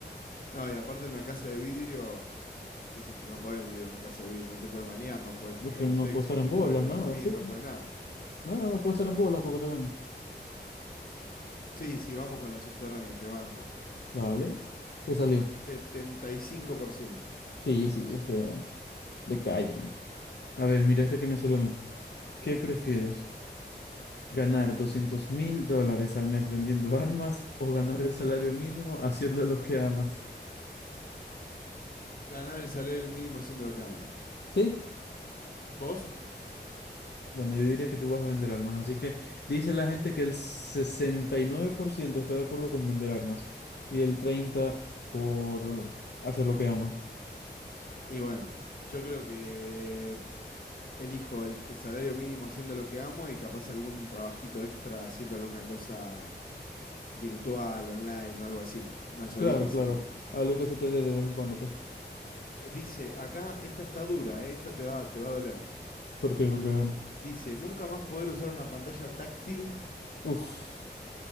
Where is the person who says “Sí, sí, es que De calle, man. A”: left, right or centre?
Left